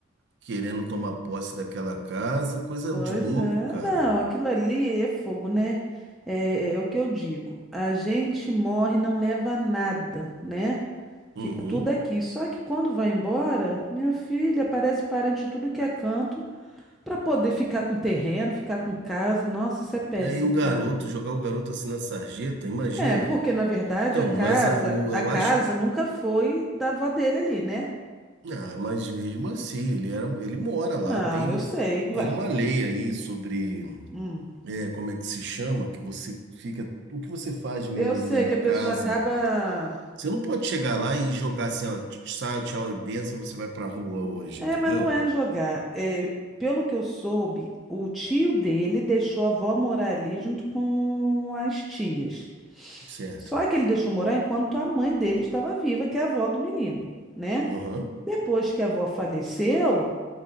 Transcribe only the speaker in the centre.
Pois
é.
Não, aquilo ali é fogo, né? É, é é o que eu digo. A gente morre, e não leva nada, né?
Fica tudo aqui. Só que quando vai embora, minha filha parece parente de tudo que é canto para poder ficar com terreno, ficar com casa. Nossa, isso é péssimo,
cara.
É, porque na verdade
a casa,
a
casa
nunca foi da avó dele ali, né?
Não,
eu sei. Ué,
hum.
eu
sei
que a
pessoa acaba
É,
mas não é jogar. É, pelo que eu soube, o tio dele deixou a avó morar ali junto com as tias.
Só que ele deixou morar enquanto a mãe dele estava viva, que é a avó do menino, né?
Depois que a avó faleceu,